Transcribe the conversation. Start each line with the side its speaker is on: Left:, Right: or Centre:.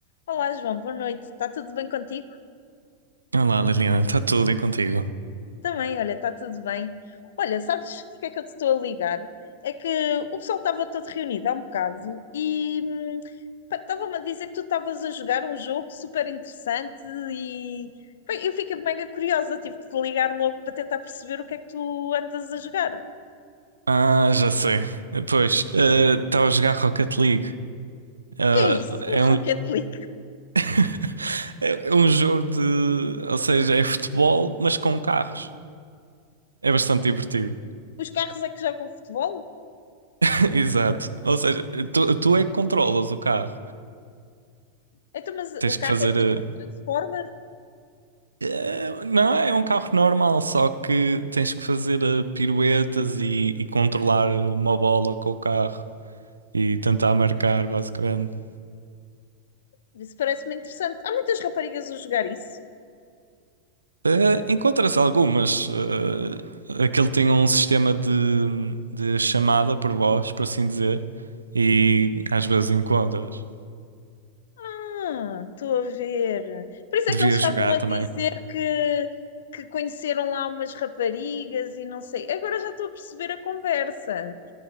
Left: Olá, João, boa noite. Está tudo bem contigo?
Right: Olá, Liliana, está tudo e contigo?
Left: Também, olha, está tudo bem. Olha, sabes porque é que eu te estou a ligar? É que o pessoal estava todo reunido há um bocado e hum, pá, estava-me a dizer que tu estavas a jogar um jogo super interessante e bem, eu fiquei mega curiosa, tive que te ligar logo para tentar perceber o que é que tu andas a jogar.
Right: Ah, já sei. Pois, eh, estava a jogar Rocket League. Ah,
Left: O que é isso?
Right: é
Left: <laughs> No Rocket
Right: um...
Left: League?
Right: <laughs> é é um jogo de. Ou seja, é futebol, mas com carros. É bastante divertido.
Left: Os carros é que jogam futebol?
Right: <laughs> Exato. Ou seja, tu, tu é que controlas o carro.
Left: Então, mas
Right: Tens
Left: o carro
Right: que fazer
Left: é tipo
Right: a.
Left: um Transformer?
Right: Eh, Não, é É um carro normal, só que tens que fazer eh, piruetas e, e controlar uma bola com o carro e tentar marcar, basicamente.
Left: Isso parece-me interessante. Há muitas raparigas a jogar isso.
Right: Eh, encontras algumas. eh, aquele tem um sistema de, de chamada por voz, por assim dizer, e às vezes encontras.
Left: Ah, estou a ver. Por isso
Right: Devias
Left: é que eles estavam
Right: jogar
Left: a
Right: também.
Left: dizer que, que conheceram lá umas raparigas e não sei. Agora já estou a perceber a conversa.